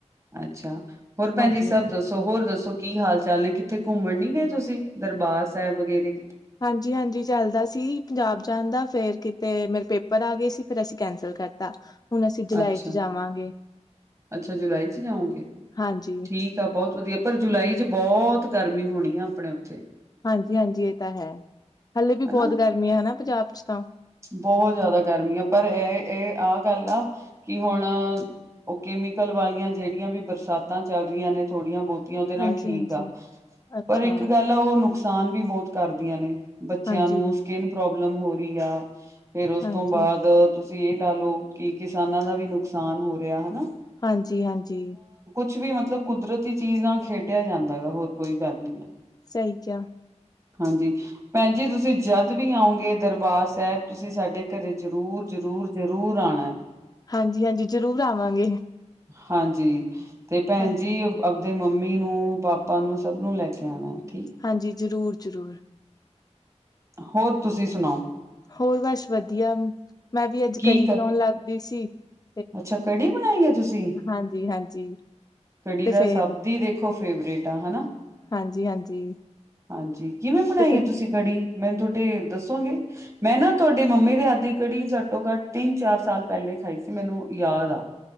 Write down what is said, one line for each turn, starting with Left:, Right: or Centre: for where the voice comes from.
Right: ਅੱਛਾ। ਹੋਰ ਭੈਣਜੀ
Left: ਹਾਂਜੀ।
Right: ਸਭ ਦੱਸੋ, ਹੋਰ ਦੱਸੋ? ਦੱਸੋ, ਕੀ ਹਾਲ ਚਾਲ ਨੇ? ਕਿੱਥੇ ਘੁੰਮਣ ਨੀ ਗਏ ਤੁਸੀਂ, ਦਰਬਾਰ ਸੈਬ ਵਗੈਰੇ?
Left: ਹਾਂਜੀ, ਹਾਂਜੀ, ਚੱਲਦਾ ਸੀ ਪੰਜਾਬ ਜਾਣ ਦਾ। ਫਿਰ ਕਿਤੇ ਮੇਰੇ ਪੇਪਰ ਆ ਗਏ ਸੀ। ਫਿਰ ਅਸੀਂ ਕੈਂਸਲ ਕਰਤਾ। ਹੁਣ ਅਸੀਂ ਜੁਲਾਈ
Right: ਅੱਛਾ,
Left: ਚ ਜਾਵਾਂਗੇ,
Right: ਅੱਛਾ, ਜੁਲਾਈ ਚ ਜਾਓਗੇ।
Left: ਹਾਂਜੀ।
Right: ਠੀਕ ਆ, ਬਹੁਤ ਵਧੀਆ ਪਰ ਜੁਲਾਈ ਚ ਬਹੁਤ। ਗਰਮੀ ਹੋਣੀ ਆ ਆਪਣੇ ਉੱਥੇ।
Left: ਹਾਂਜੀ, ਹਾਂਜੀ, ਇਹ ਤਾਂ ਹੈ। ਹਲੇੇ ਵੀ
Right: ਹਨਾ
Left: ਬਹੁਤ ਗਰਮੀ ਆ, ਹੈ ਨਾਂ ਪੰਜਾਬ ਵਿੱਚ। ਅੱਛਾ।
Right: ਬਹੁਤ ਜ਼ਿਆਦਾ ਗਰਮੀ ਆ ਪਰ ਇਹ ਇਹ ਆਹ ਗੱਲ ਆ ਕਿ ਹੁਣ ਉਹ ਕੈਮੀਕਲ ਵਾਲੀਆਂ ਜਿਹੜੀਆਂ ਵੀ ਬਰਸਾਤਾਂ ਚੱਲ ਰਹੀਆਂ ਨੇ, ਥੋੜੀਆਂ-ਬਹੁਤੀਆ। ਆ ਉਹਦੇ ਨਾਲ
Left: ਹਾਂਜੀ-ਹਾਂਜੀ,
Right: ਠੀਕ ਆ,
Left: ਅੱਛਾ,
Right: ਪਰ ਇੱਕ ਗੱਲ ਆ ਉਹ ਨੁਕਸਾਨ ਵੀ ਬਹੁਤ ਕਰਦੀ। ਦੀਆਂ ਨੇ। ਬੱਚਿਆਂ
Left: ਹਾਂਜੀ,
Right: ਨੂੰ ਸਕਿਨ ਪ੍ਰੋਬਲਮ। ਪ੍ਰੋਬਲਮ ਹੋ ਰਹੀ ਆ। ਫੇਰ ਉਸ
Left: ਹਾਂਜੀ,
Right: ਤੋਂ ਬਾਅਦ ਤੁਸੀਂ ਇਹ ਲਾ ਲਓ ਕਿ ਕਿਸਾਨਾਂ ਦਾ ਵੀ ਨੁਕਸਾਨ ਹੋ ਰਿਹਾ, ਹੈ ਨਾ?
Left: ਹਾਂਜੀ, ਹਾਂਜੀ।
Right: ਕੁਛ ਵੀ, ਮਤਲਬ ਕੁਦਰਤੀ ਚੀਜਾਂ ਨਾਲ ਖੇਡਿਆ ਜਾਂਦਾ ਹੈਗਾ, ਹੋਰ ਕੋਈ ਗੱਲ ਨੀ ਆ।
Left: ਸਹੀ ਕਿਹਾ।
Right: ਹਾਂਜੀ, ਭੈਣ ਜੀ ਤੁਸੀਂ ਜਦ ਵੀ ਆਓਂਗੇ ਦਰਬਾਰ ਸਾਹਿਬ- ਤੁਸੀਂ ਸਾਡੇ ਘਰੇ ਜ਼ਰੂਰ-ਜ਼ਰੂਰ, ਜਰੂਰ ਆਣਾ ਏ।
Left: ਹਾਂਜੀ ਹਾਂਜੀ ਜ਼ਰੂਰ ਆਵਾਂਗੇ
Right: ਹਾਂਜੀ। ਤੇ ਭੈਣ
Left: ਹਾਂਜੀ
Right: ਜੀ ਆਪਦੇ ਮੰ ਮੰਮੀ ਨੂੰ, ਪਾਪਾ ਨੂੰ, ਸਭ ਨੂੰ ਲੈ ਕੇ ਆਣਾ ਏ।
Left: ਹਾਂਜੀ, ਜ਼ਰੂਰ। ਜ਼ਰੂਰ।
Right: ਹੋਰ ਤੁਸੀਂ ਸੁਣਾਓ?
Left: ਹੋਰ ਬਸ ਵਧੀਆ। ਮੈਂ ਵੀ ਅੱਜ
Right: ਕੀ
Left: ਕੜੀ ਬਣਾਉਣ
Right: ਕਰ
Left: ਲੱਗ ਗਈ ਸੀ। <inaudible>
Right: ਅੱਛਾ ਕੜੀ ਬਣਾਈ ਹੈ ਤੁਸੀਂ,
Left: ਹਾਂਜੀ ਹਾਂਜੀ
Right: ਕੜੀ
Left: ਤੇ
Right: ਦਾ
Left: ਫੇਰ
Right: ਸਭ ਦੀ ਦੇਖੋ ਫੇਵਰੇਟ ਆ ਹੈ ਨਾ,
Left: ਹਾਂਜੀ ਹਾਂਜੀ
Right: ਹਾਂਜੀ ਕਿਵੇਂ ਬਣਾਈ
Left: ਤੇ ਫੇਰ
Right: ਆ ਤੁਸੀਂ ਕੜੀ ਮੈਨੂੰ ਤੁਹਾਡੇ ਦੱਸੋਗੇ। ਮੈਂ ਨਾ ਤੁਹਾਡੀ ਮੰਮੀ ਦੇ ਹੱਥ ਦੀ ਕੜੀ ਘੱਟੋ ਘੱਟ ਤਿੰਨ ਚਾਰ ਸਾਲ ਪਹਿਲੇ ਖਾਈ ਸੀ। ਮੈਨੂੰ ਯਾਦ ਆ।